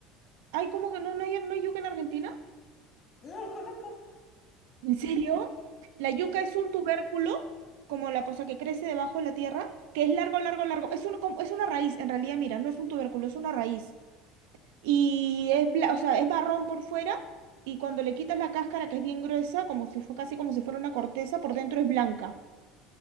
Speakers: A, on the right; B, on the left.
A: Ay, ¿cómo que no, no hay, no hay yuca en Argentina?
B: No lo conozco.
A: ¿En serio? La yuca
B: <laughs>
A: es un tubérculo, como la cosa que crece debajo de la tierra, que es largo, largo, largo. Es un, como- es una raíz, en realidad, mira, no es un tubérculo, es una raíz. Y es, bla- o sea, es marrón por fuera y cuando le quitas la cáscara, que es bien gruesa, como si fue casi como si fuera una corteza, por dentro es blanca.